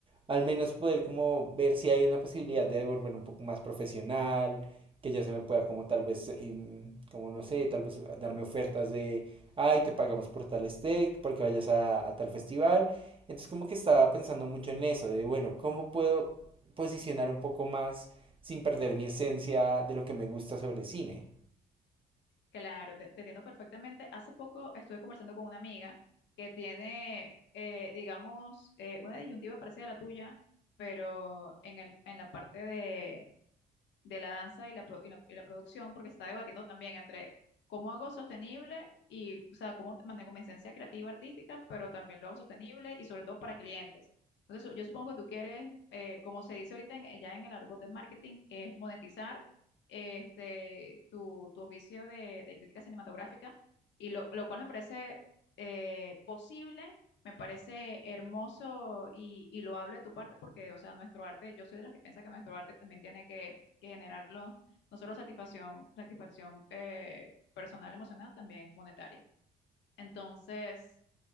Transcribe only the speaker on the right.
al menos poder como ver si hay la posibilidad de volver un poco más profesional, que ya se me pueda como tal vez, em, como no sé, tal vez darme ofertas de, ay, te pagamos por tal steak, porque vayas a, a tal festival. Entonces como que estaba pensando mucho en eso, de bueno, ¿cómo puedo posicionar un poco más sin perder mi esencia de lo que me gusta sobre cine?